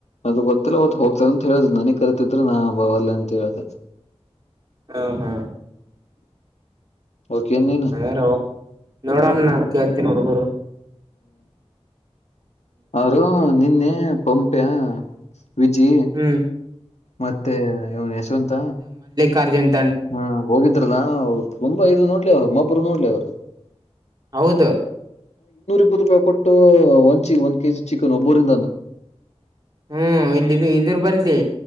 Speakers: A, on the left; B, on the right.
A: ಅದು ಗೊತ್ತಿಲ್ಲ ಅವತ್ತು ಹೋಗ್ತಾರ ಅಂತ್ ಹೇಳುದ್ರು ನನಗ್ ಕರಿತಿದ್ರು ನಾ ಅ ಬಾ ವಲ್ಲೇ ಅಂತ ಹೇಳ್ದ.
B: ಹಾ ಹಾ
A: ಓಕೆ ನೀನು
B: ಅದೇರೋ ನೋಡಣ್ಣ. ಕೇಳ್ ತಿ ನೋಡು ಬರು
A: ಆದ್ರೂನು ನಿನ್ನೆ. ಹ ಪಂಪ್ಯಾ. ವಿಜಿ
B: ಹ್ಮ್
A: ಮತ್ತೆ ಇವ ಯಶವಂತ.
B: ಕಾರ್ಯನ್
A: ಹ್ಮ ಹೋಗಿದ್ರ ಲಾ ತುಂಬಾ ಇದು ನೋಡ್ಲೆ ಅವ್ರು ಮೊಬರು ನೋಡ್ಲೆ ಅವರು.
B: ಹೌದ.
A: ಇಪ್ಪತ್ತು ರೂಪಾಯಿ ಕೊಟ್ಟು ಒಂದ ಚೀ ಒಂದ್ ಕೆಜಿ ಚಿಕನ್ ಒಬ್ಬರಿಂದಾನ.
B: ಹ್ಮ್ ಇಲ್ಲಿ ಇದ್ ಇದ್ರ ಬಲ್ತಿ